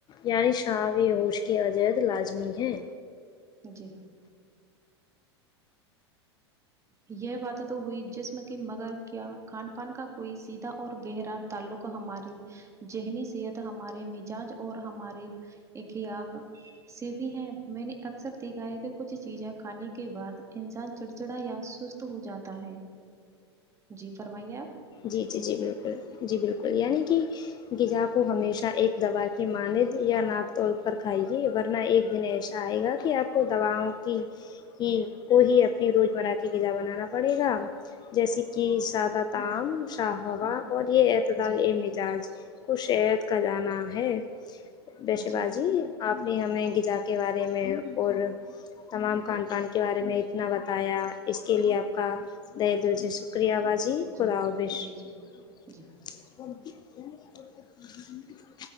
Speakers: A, on the left; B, on the right.
A: یعنی شابی ہوش کی عجید لازمی ہے
B: جی یہ بات توتو ہوئی جسم کی مگر کیا کھان پان کا کوئی سیدھا اور گہرا تعلق ہماری ذہنی صحت ہمارے مزاج اور ہمارے ایکیا سے بھی ہیں میں نے اکثر دیکھا ہے کہ کچھ چیزیں کھانے کے بعد انسان چڑچڑا یا سست ہو جاتا ہے جی فرمائیے آپ
A: جی جی جی بالکل جی بالکل یعنی کہ غزا کو ہمیشہ ایک دوا کے ماند یا ناک توول پر کھائیے ورنہ ایک دن ایسا آ ئے گا کہ آپ کو دواؤں کی ہی کو ہی اپنی روزمرہ کی غذا بنانا پڑے گا جیسے کہ سادہ ت شاہ ہووا
B: جی
A: اور یہ اعتدال
B: جی
A: ا مزاج کو شہت کا جانا ہے بیشے
B: جی
A: بازی آپ نے ہمیں غذا کے بارے میں اور تمام کھان پان کے بارے میں اتنا بتایا اس کے لیے آپ کا طحے دل سے شکریہ باجی <unintelligible>
B: جی جی جی جی